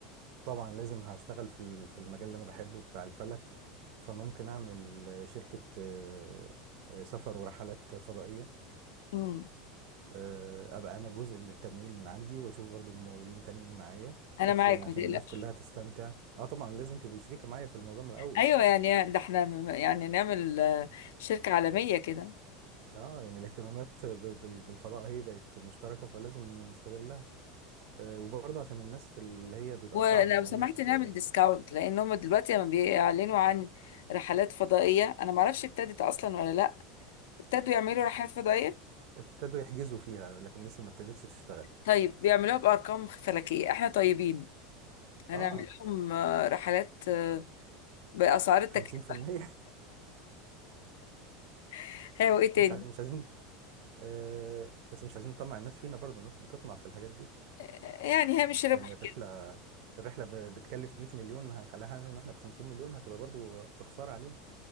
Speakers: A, on the right; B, on the left.
A: طبعا لازم هشتغل في ال- في المجال اللي أنا بحبه بتاع الفلك فممكن أعمل آه، شركة آه، آه، سفر ورحلات فضائية
B: امم
A: آه، أبقى أنا جزء من التمويل من عندي وأشوف برضو ممولين تانيين معايا
B: انا
A: بس
B: معاك
A: يعني عشان
B: ما تقلقش
A: الناس كلها تستمتع اه طبعا لازم تبقي شريكة معايا في الموضوع من الأول
B: ايوه يعني ده احنا م- يعني نعمل آه، شركة عالمية كده
A: اه يعني الاهتمامات ب- بال- بالفضاء هي بقت مشتركة فلازم نستغلها آه، وبرضه عشان الناس اللي هي بيبقى
B: ولو
A: صعب ان
B: سمحت
A: هي
B: نعمل
A: ت-
B: ديسكاونت لان هم دلوقتي لما بيعلنوا عن رحلات فضائية انا معرفش ابتدت اصلا ولا لا ابتدوا يعملوا رحلات فضائية
A: ابتدوا يحجزوا فيها لكن لسه ما ابتدتش تشتغل
B: طيب بيعملوها بارقام فلكية احنا طيبين هنعمل
A: اه
B: لهم آه، رحلات آه، باسعار التكلفة
A: 50% <laughs>
B: <laughs> هي وايه تاني
A: مش عايز مش عايزين آه بس مش عايزين نطمع الناس فينا برضه الناس بتطمع في الحاجات دي
B: آه، يعني هامش ربح
A: يعني الرحلة
B: كده
A: الرحلة ب- بتكلف 100 مليون هنخليها لهم احنا ب 50 مليون هتبقى برضه بخسارة علينا